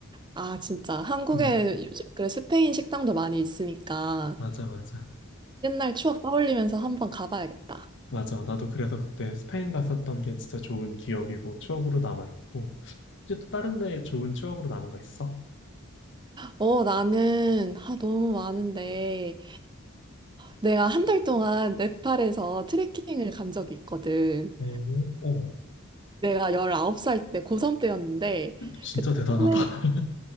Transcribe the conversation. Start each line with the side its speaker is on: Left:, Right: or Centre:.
Right: 아, 진짜. 한국에
Left: 음,
Right: 요즘 그래 스페인 식당도 많이 있으니까
Left: 맞아, 맞아.
Right: 옛날 추억 떠올리면서 한번 가봐야겠다.
Left: 맞아. 나도 그래서 그때 스페인 갔었던 게 진짜 좋은 기억이고, 추억으로 남아있고. 혹시 또 다른 데 좋은 추억으로 남은 거 있어?
Right: 어, 나는 아, 너무 많은데 내가 한 달 동안 네팔에서 트레킹을 간 적이 있거든.
Left: 오, 오.
Right: 내가 19살 때 고3 때였는데
Left: 진짜
Right: 그때
Left: 대단하다.
Right: 수능,
Left: <laughs>